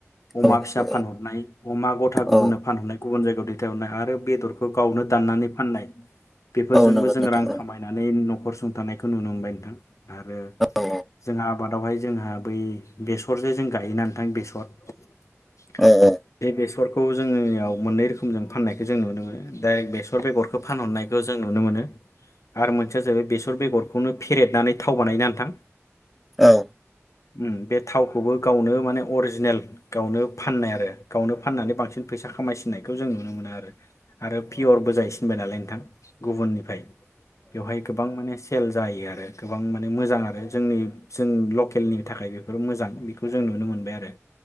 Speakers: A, on the left; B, in the centre.
A: अमा
B: औ नंगौ
A: फिसा फानहरनाय अमा गथा
B: औ
A: गुबुननो
B: औ
A: फानहरनाय गुबुन जायगायाव दैथाय हर बेदरखौ गावनो नानै फाननाय बेफोरजोंबो
B: औ नंगौ
A: जों
B: नोंथां
A: रां
B: औ
A: खामायनानै न' नख'र सुंथानायखौ नुनो मोनबाय नोंथां आरो
B: औ
A: जों आबाद आवहाय जोंहा बै बेसरजे जों गायोना नोथां बेसर <inaudible>
B: औ औ
A: बे बेसर खौ जोंनियाव मोननै रोखोमजों फाननायखौ जों नुनो मोनो दा बेस बेसर बेगरखौ फानहरनायखौ जों नुनो मोनो आरो मोनसेया जाहैबाय बेसर बेगरखौनो फेरेदनानै थाव बानायो ना नोंथां।
B: औ
A: ओम बे थावखौबो गावनो माने अरिजिनेल गावनो फाननायआरो गावनो फाननानै बांसिन फैसा खामायसिननायखौ जों नुनो मोनो आरो आरो पियर बो जाहैसिनबाय नालाय नोंथां गुबुननिफ्राय। बेवहाय गोबां माने सेल जायो आरो गोबां माने मोजां आरो जोंनि जोंनि लकेलनि थाखाय बेफोर मोजां बेखौ जों नुनो मोनबाय आरो।